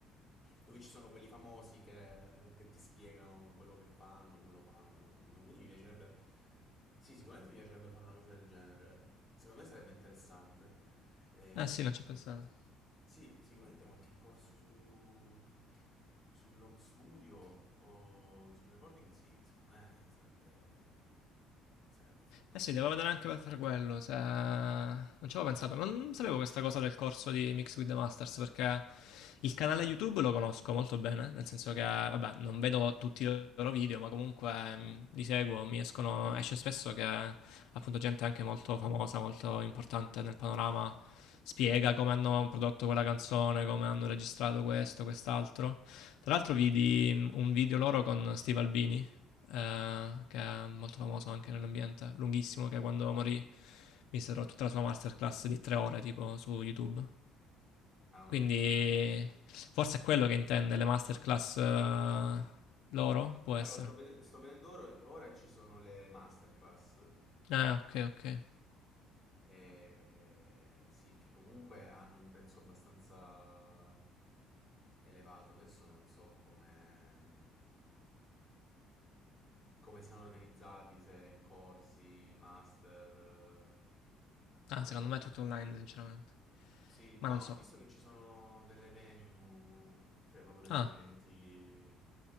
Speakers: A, in the centre; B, on the left.
A: Dove ci sono quelli famosi che, che ti spiegano quello che fanno, come lo fanno, cosa usano. Quindi mi piacerebbe. Sì, sicuramente mi piacerebbe fare una cosa del genere. Secondo me sarebbe interessante. Eh,
B: Eh sì, non ci ho pensato.
A: sì, sicuramente qualche corso su, sull'home studio o sul recording, sì, secondo me sarebbe, sarebbe figo
B: Eh
A: da
B: sì,
A: fare.
B: devo vedere anche per fare quello, se... non ci avevo pensato, non sapevo questa cosa del corso di Mix with the Masters perché il canale YouTube lo conosco molto bene, nel senso che, vabbè, non vedo tutti i loro video, ma comunque mh, li seguo, mi escono, esce spesso che appunto gente anche molto famosa, molto importante nel panorama spiega come hanno prodotto quella canzone, come hanno registrato questo, quest'altro. Tra l'altro vidi mm, un video loro con Steve Albini eh, che è molto famoso anche nell'ambiente, lunghissimo, che quando morì misero tutta la sua masterclass di tre ore tipo su YouTube.
A: Ah,
B: Quindi
A: ok.
B: forse è quello che intende le masterclass eh, loro, può essere.
A: Allora, sto, ved- sto vedendo ora, ora ci sono le masterclass
B: Ah, ok, ok. Eh,
A: E sì, che comunque hanno un prezzo abbastanza elevato. Adesso non so come, mm, come siano organizzati, se in corsi, master, eh,
B: Ah, secondo
A: non lo so.
B: me è tutto online, sinceramente.
A: Sì,
B: Ma
A: no,
B: non
A: ho
B: so.
A: visto che ci sono delle venue, cioè proprio degli
B: Ah,
A: eventi